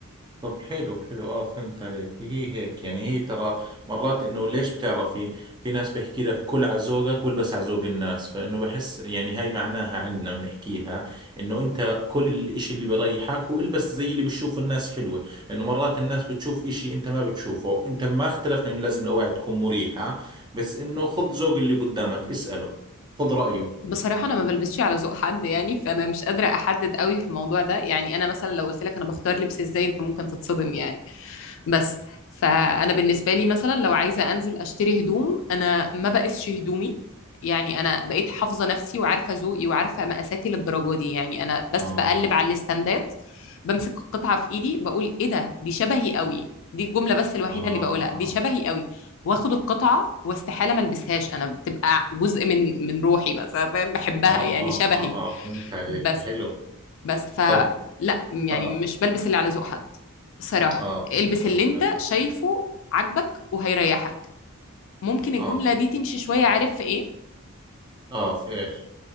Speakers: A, on the right; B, on the left.
A: طب حلو حلو اه فهمت عليك هي هيك يعني هي ترى مرات انه ليش بتعرفي في ناس بيحكي لك كل على ذوقك والبس على ذوق الناس فانه بحس يعني هاي معناها عنا بنحكيها انه انت كل الاشي اللي بريحك والبس زي اللي بتشوفه الناس حلوة لانه مرات الناس بتشوف اشي انت ما بتشوفه انت ما اختلفنا انه لازم الاواعي تكون مريحة بس انه خذ ذوق اللي قدامك اسأله خذ رأيه
B: بصراحة أنا ما بلبسش على ذوق حد يعني فأنا مش قادرة أحدد قوي في الموضوع ده يعني أنا مثلا لو قلت لك أنا بختار لبس إزاي أنت ممكن تتصدم يعني بس فانا بالنسبه لي مثلا لو عايزه انزل اشتري هدوم انا ما بقيسش هدومي يعني انا بقيت حافظه نفسي وعارفه ذوقي وعارفه مقاساتي للدرجه دي يعني انا بس
A: اه
B: بقلب على الاستندات بمسك القطعه في ايدي بقول ايه ده دي شبهي قوي دي الجمله بس الوحيده
A: اه
B: اللي بقولها دي شبهي قوي واخد القطعه واستحاله ما البسهاش انا بتبقى جزء من من روحي بس أنا فاهم بحبها
A: اه
B: يعني
A: اه
B: شبهي
A: اه, آه. فهمت عليك
B: بس
A: حلو
B: بس فلا
A: طب
B: يعني
A: آه
B: مش بلبس اللي على ذوق حد صراحة
A: اه
B: البس
A: اه فهمت
B: اللي انت
A: عليك
B: شايفه عاجبك وهيريحك ممكن الجملة
A: اه
B: دي تمشي شوية عارف في ايه
A: اه في ايش